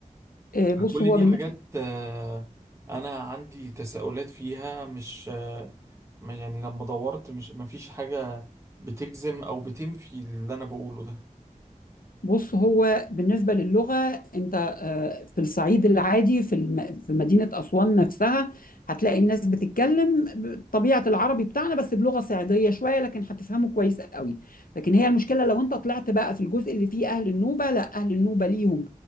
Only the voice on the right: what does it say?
فكل
دي
حاجات آه، انا عندي تساؤلات فيها مش آه، ما- يعني لما دورت مش ما فيش حاجة بتجزم او بتنفي اللي انا بقوله ده